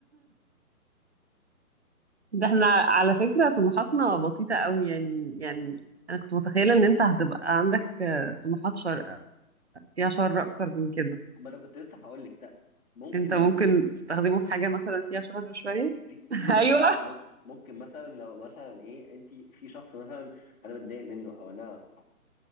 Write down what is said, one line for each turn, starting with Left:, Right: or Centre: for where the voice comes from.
Right: ده احنا على فكرة طموحاتنا بسيطة قوي يعني يعني انا كنت متخيلة ان انت هتبقى عندك آه، طموحات شر فيها شر اكتر من كده
Left: ما انا كنت لسه هقول لك ممكن
Right: انت ممكن
Left: برضو
Right: تستخدمه في حاجة مثلا فيها شر شوية
Left: في
Right: <laughs>
Left: في مثلا
Right: ايوه
Left: م- ممكن مثلا لو مثلا ايه انت في شخص مثلا انا متضايق منه او انا